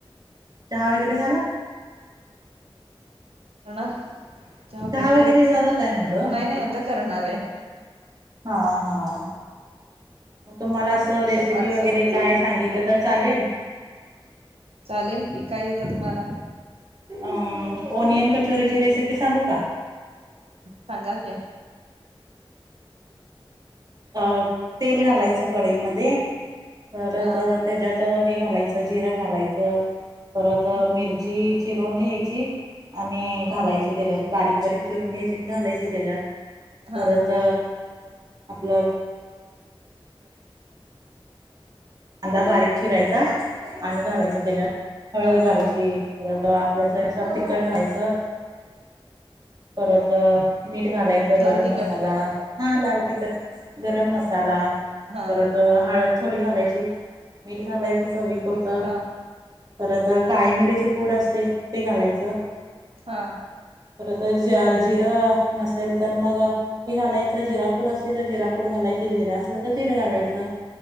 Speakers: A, on the right (about 40°); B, on the right (about 85°).
A: चहा वगैरे झाला.
B: णार चहा प्यायचा
A: वगैरे
B: की संप
A: झाला काय म्हणलं
B: नाही नाही आता करणार आहे.
A: हा हा. मग तुम्हाला असं
B: करायचं
A: रेसिपी
B: पाच
A: वगैरे
B: सहा वाजता
A: काय सांगित तर चालेल.
B: चालेल की काय येतं तुम्हाला?
A: अ ओनियन कचोरीची रेसिपी सांगू का?
B: सांगा कि
A: अ तेल घालायचं कढईमध्ये परत
B: हा
A: त्याज्यात हे. घालायच जिरं घालायचं परत
B: हम्म
A: मिरची चिरून घ्यायची. आणि घालायची त्याच्यात बारीक बारीक चिरून घ्यायची आणि घालायचची त्याच्यात
B: हा
A: परत आपलं कांदा बारीक चिरायचा आणि घालायचा त्याच्यात हळद
B: हा
A: घालयची पर आपल्याच सार तिखट घायचं परत मीठ घालायचं
B: लाल
A: गरम
B: तिखट
A: मसाला हा लाल तिखट गरम मसाला मसाला
B: हा
A: परत हळद थोडी घालायची मीठ घालायचं चवी पुर्त
B: हा
A: परत काळी मिरीचे पोड असते ते घालायचं
B: हा.
A: खर तर ज जिरं नसेल तर मग हे घालायचं जिरा फूड असली तर जिरा फूड घाला जिरे असलं तर जिरे घालायचं